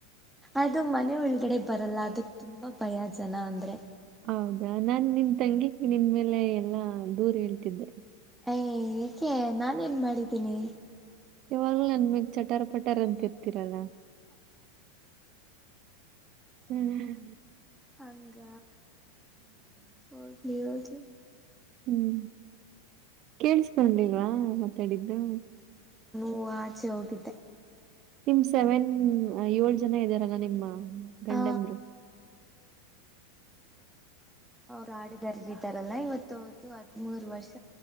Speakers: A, in the centre; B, on the right.
A: ಅದು ಮನೆ ಒಳಗಡೆ ಬರಲ್ಲ ಅದಕ್ ತುಂಬಾ ಭಯ ಜನ ಅಂದ್ರೆ
B: ಹೌದು ನಾನ್ ನಿನ್ ತಂಗಿಕ ನಿನ್ ಮೇಲೆ ಎಲ್ಲಾ ಹಾ ದೂರ ಹೇಳ್ತಿದ್ದೆ
A: ಏ ಏಕೆ ನಾನ ನ್ ಮಾಡಿದ್ದೀನಿ
B: ಯವಾಗ ನನ್ಮಗ್ ಚಟ್ಟಾರ ಪಟ್ಟ ಾರ ಅಂತ ಇರ್ತೀರಲ್ಲ ಹ್ಮ್
A: ಹಂಗ ಹೌದಲಿ ಹೌದಲಿ
B: ಹ್ಮ್ ಕೇಳಸ್ ಸಂದಿಗಳಾ ಮಾತಾಡಿದ್ದು
A: ಓ ಆಚೆಹೋಗೆದೆ
B: ನಿ ಸೆವೆನ್ ಏಳ್ ಜನ ಇದ್ದಾರಲ್ಲ ನಿಮ್ಮ ಗಂಡಂದರು
A: ಹ ಅವ್ರು ಆಡುಗಾರಾರಲ್ಲಾ ಇವತ್ತು ಅವ್ರ್ದು ಹದ್ಮೂರ್ ವರ್ಷ